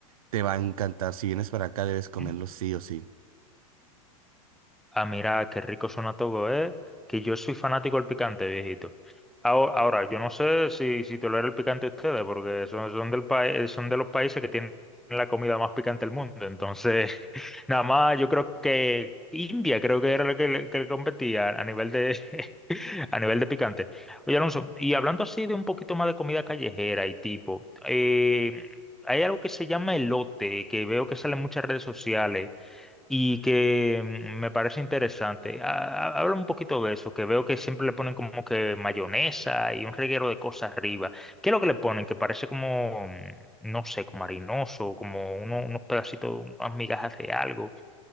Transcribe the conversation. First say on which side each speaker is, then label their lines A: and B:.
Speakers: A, on the right; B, in the centre.
A: Te va a encantar, si vienes para acá debes comerlo
B: ujú.
A: sí o sí.
B: a mirar qué rico suena todo, ¿eh? Que yo soy fanático del picante, viejito. Ahora, ahora, yo no sé si, si tolera el picante ustedes, porque son, son del país, son de los países que tienen la comida más picante del mundo. Entonces, <laughs> nada más, yo creo que India, creo que era la que, le- que le competía a nivel de, <laughs> a nivel de picante. Oye, Alonso, y hablando así de un poquito más de comida callejera y tipo, eh, hay algo que se llama elote, que veo que sale en muchas redes sociales y que mm, me parece interesante. Ha- ha- Habla un poquito de eso, que veo que siempre le ponen como que mayonesa y un reguero de cosas arriba. ¿Qué es lo que le ponen? Que parece como, mm, no sé, como harinoso, como uno- unos pedacitos, unas migajas de algo.